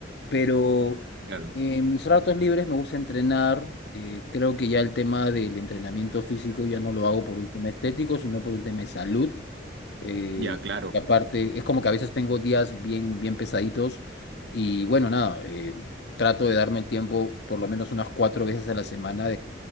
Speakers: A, on the left (about 60°); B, on the right (about 60°).
A: Pero
B: Claro.
A: eh, en mis ratos libres me gusta entrenar. eh, creo que ya el tema del entrenamiento físico ya no lo hago por un tema estético, sino por un tema de salud. eh,
B: Ya, claro.
A: y aparte, es como que a veces tengo días bien, bien pesaditos y bueno, nada, eh, trato de darme el tiempo por lo menos unas cuatro veces a la semana